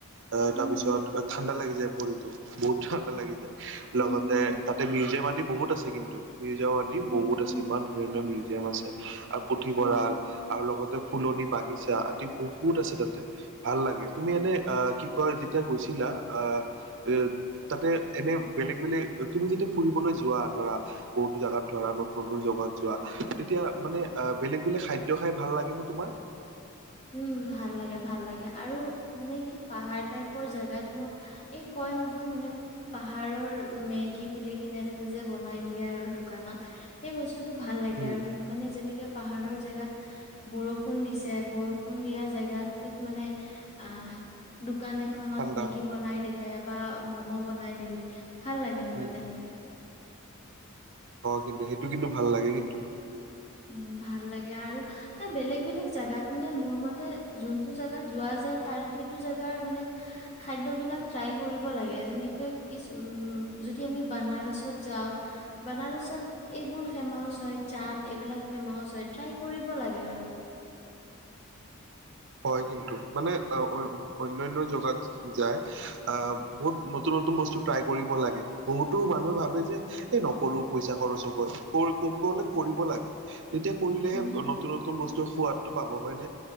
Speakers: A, on the right; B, on the left.
A: অ তাৰ
B: উম,
A: পিছত ঠাণ্ডা লাগিছে। ভৰিতো বহুত ঠাণ্ডা লাগি যায়। লগতে
B: উম, উম,
A: তাতে মিউজিয়াম। বহুত। আছে কিন্তু। মিৰ্জাাবি
B: উম,
A: বহুত সিমান ধুনীয়া। মিউজিৰাম পুথিভঁৰাল
B: উম,
A: আৰু লগত। তা ফুলনি বাগিচা আদি বহুত আছে তাতে। ভাল লাগে তুমি এনে অ কি। ক যেতিয়া গৈছিলা অ এ তাতে এনে বেলেগ বেলেগ তুমি যেতিয়া ফুৰিবলৈ যোৱা। ধ বহুতো জোগাত ধৰা নতুন নতুন জগাত যোৱা তেতিয়া মানে বেলেগ বেলেগ খাদ্য খাই ভাল লাগে ন তোমাৰ।
B: উম ভাল লাগে ভাল লাগে আৰু মানে কি পাহাৰ টাইপৰ জোগাত মোৰ এই কয় নহয় মানে পাহাৰৰ মেগী বুলি কিনে তাতে যে বনাই দিয়ে আৰু দোকানত সেই বস্তু। টো ভাল লাগে
A: উম
B: আৰু মানে যেনেকে। পাহাৰৰ জেগাত বৰষুণ দিছে। তে বৰষুণ দিয়া জেগাটোত মানে আঁহ দুক। দোকান এখনত
A: ঠাণ্ডা
B: মেগী বনাই দিলে। বা ম'ম' বনাই দিলে। ভাল লাগে আৰু
A: উম
B: তেনেকে
A: অ কিন্তু সেইটো কিন্তু ভাল লাগে কিন্তু।
B: উ ভাল লাগে আৰু, এ বেলেগ বেলেগ জেগাত মানে মোৰ মতে যোনটো জেগাত যোৱা যায় তাৰ সেইটো জোগাৰ মানে, খাদ্য বিলাক ট্ৰাই কৰিব লাগে। যেনেকে কি উ যদি আমি বানাৰসত যাওঁ বনাৰসত এইবোৰ ফেমাচ হয় চাট। এইবিলাক ফেমাউচ হয় ট্ৰাই কৰিব লাগে আৰু।
A: হয় কিন্তু মানে অ অনায়ন জেগাত যায়। আহ বহুত নতুন নতুন বস্তু ট্ৰাই কৰিব লাগে। বহুতো মানুহে ভাবে যে এই নকৰো পইচা খৰচ হব, কব লে কৰিব লাগে। তেতিয়া কৰিলেহে
B: উম
A: নতুন নতুন বস্তু ত' সোৱাদটো পাব হয় নে?